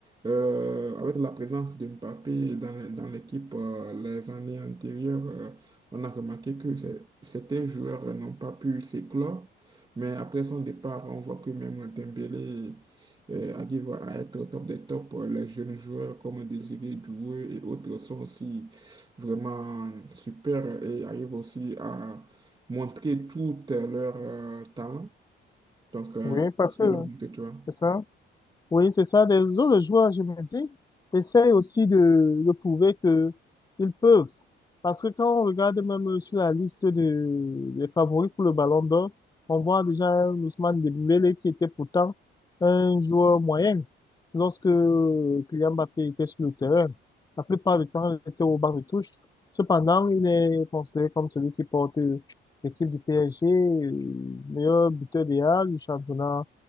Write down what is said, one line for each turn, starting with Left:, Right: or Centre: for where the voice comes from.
Right: euh, avec la présence de Mbappé dans, le- dans l'équipe euh, les années antérieures, euh, on a remarqué que c'est- certains joueurs n'ont pas pu s'éclore. Mais après son départ, on voit que même Dembélé euh, arrivent à être au top des tops. euh, Les jeunes joueurs comme Désiré Doué et autres sont aussi vraiment super et arrivent aussi à montrer tout euh, leur euh, talent. Donc, euh,
Left: Oui, parce
Right: je suis
Left: que
Right: le même que toi.
Left: c'est ça. Oui, c'est ça. Les autres joueurs, je me dis, essayent aussi de, de prouver que ils peuvent. Parce que quand on regarde même sur la liste de, des favoris pour le Ballon d'Or, on voit déjà un Ousmane Dembélé qui était pourtant un joueur moyen lorsque Kylian Mbappé était sur le terrain. La plupart du temps, il était au banc de touche. Cependant, il est considéré comme celui qui porte l'équipe du PSG, euh, meilleur buteur des Halles, du championnat